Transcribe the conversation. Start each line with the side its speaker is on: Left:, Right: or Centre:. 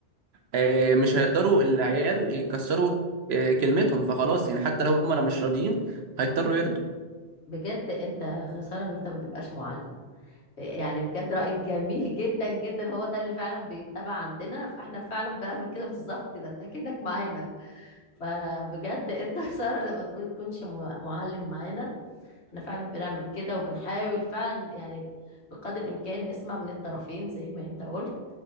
Right: آه، مش هيقدروا العيال يكسروا آه، كلمتهم فخلاص يعني حتى لو هم انا مش راضيين هيضطروا يرضوا
Left: بجد انت خسارة ان انت ما تبقاش معلم يعني بجد رأيك جميل جدا جدا هو ده اللي فعلا بيتبع عندنا فاحنا فعلا بنعمل كده بالظبط ده انت كأنك معانا فبجد انت <laughs> خسارة لما تقول- تكونش م- معلم معانا احنا فعلا بنعمل كده وبنحاول فعلا يعني بقدر الامكان نسمع من الطرفين زي ما انت قلت